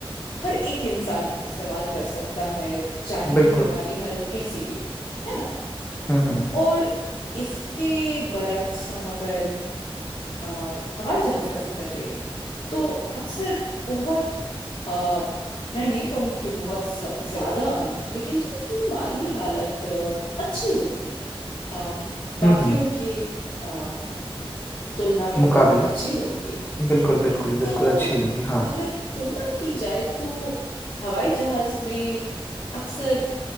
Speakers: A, on the left; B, on the left.
A: हर एक इंसान इस्तेमाल कर सकता है चाहे उनकी
B: बिल्कुल
A: माली हालत कैसी भी हो है ना
B: हम्म हम्म
A: और इसके बरक्स हम अगर आ, हवाई जहाज का सफर ले लें तो अक्सर बहुत आ, मैं नहीं कहूंगी कि बहुत स- ज्यादा अमीर लेकिन जिनकी माली हालत आ, अच्छी होगी अम, बाकियों
B: हम्म हम्म,
A: के अम, तुलना में
B: मुकाबले
A: तो अच्छी होगी
B: बिल्कुल बिल्कुल बिल्कुल
A: तो
B: अच्छी होगी हाँ
A: अगर तुलना की जाए तो हवाई जहाज में अक्सर